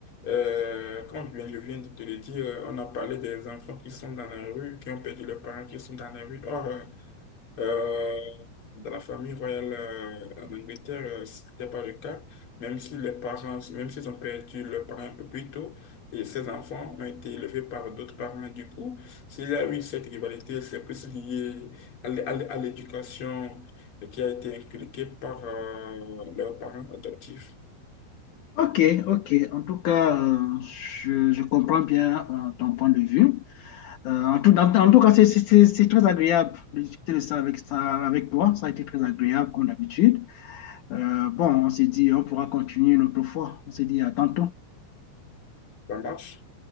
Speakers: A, on the left; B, on the left.
A: euh, comme je viens, je viens de te le dire, euh, on a parlé des enfants qui sont dans la rue, qui ont perdu leurs parents, qui sont dans la rue. Or, euh, euh, dans la famille royale euh, en Angleterre, euh, ce n'était pas le cas. Même si les parents, même s'ils ont perdu leurs parents un peu plus tôt, et ces enfants ont été élevés par d'autres parents. Du coup, s'il y a eu cette rivalité, c'est plus lié à l'é- à l'é- à l'éducation euh, qui a été inculquée par euh, leurs parents adoptifs.
B: Ok, ok. En tout cas, euh, je, je comprends bien euh, ton point de vue. Euh, en tout, en, en tout cas, c'est c'est- c'est- très agréable de discuter de ça avec, ça avec toi. Ça a été très agréable, comme d'habitude. Euh, bon, on s'est dit, on pourra continuer une autre fois. On s'est dit à tantôt.
A: Ça marche?